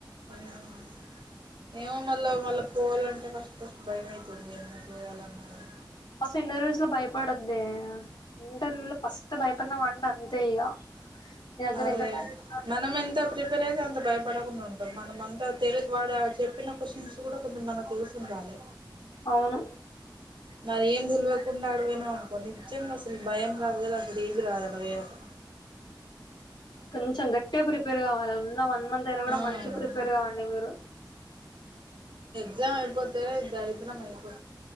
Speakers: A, on the right; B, on the left.
A: మ్ ఏమో మల్ల మల్ల పోవాలంటే ఫస్ట్ ఫస్ట్ భయమైతుంది ఏమన్నా చెయ్యాలన్నా గూడా
B: ఫస్ ఇంటర్వ్యూస్ లో భయపడద్దే ఇంటర్వ్యూ లో ఫస్ త్ భయపడినావ్ అంటే అంతే ఇగ నీ దగ్గర
A: అదే
B: ఎంత టాలెంట్ ఉన్నా
A: మనం ఎంత ప్రిపే ట్టైతే అంత భయపడకుండా ఉంటాం మనం అంత తెలుఐగు వాడా చెప్పిన క్వశ్చన్స్ కూడా కొంచెం మనం చూసుండాలి
B: అవును
A: మరి ఏం తెల్వకుండా అడ పోయినాం అనుకో నిజంగా అసలు భయం కాదు <inaudible> కదా అసలు రాదు అడ పోయయాక
B: కొంచెం గట్టిగా ప్రపేర్ కావాలి ఉన్నామ వన్ మంత్ అయినా కూడా
A: ఆ
B: మంచి ప్రిపేర్ కావండి మీరు
A: గ్జామ్ అయిపోతే దరిద్రం ఐపో